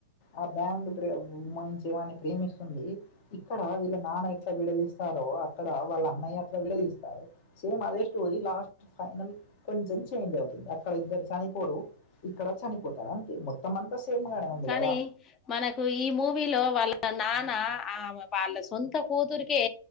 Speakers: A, on the left; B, on the left.
A: ఆ బ్యాండ్ ప్రే వాయించే వాన్ని ప్రేమిస్తుంది ఇక్కడ వీళ్ళ నానై అట్లా విడదీస్తారో అక్కడ వాళ్ళ అన్నయ్య అట్లా విడదీస్తాడు సేమ్ అదే స్టోరీ లాస్ట్ ఫైనల్ కొంచెం చేంజ్ అవుతుంది. ఇక్కడ ఇద్దరు చనిపోరు ఇక్కడ చనిపోతారు అంతే మొత్తం అంతా సేమ్ గానే ఉంది
B: కానీ
A: కదా?
B: మనకు ఈ మూవీలో వాళ్ళ నాన్న ఆ వాళ్ళ సొంత కూతురికే